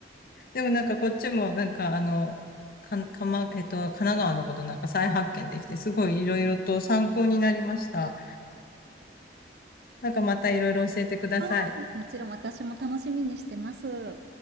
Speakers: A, on the left; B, on the right.
A: でもなんかこっちもなんかあの、か、かま、えっと、神奈川のことなんか再発見できて、すごいいろいろと参考になりました。なんかまたいろいろ教えてください。
B: あーもちろん私も楽しみにしてます。